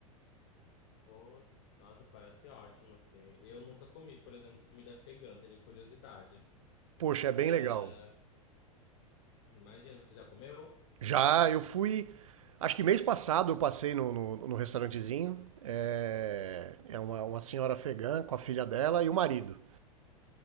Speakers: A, on the left (about 45°); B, on the right (about 60°).
A: Pô, nossa, parece ótimo, assim. Eu nunca comi, por exemplo, comida afegã, tenho curiosidade.
B: Poxa, é
A: É,
B: bem legal.
A: Imagina, você já comeu?
B: Já, eu fui. Acho que mês passado eu passei no, no, no restaurantezinho. É, é uma, uma senhora afegã com a filha dela e o marido.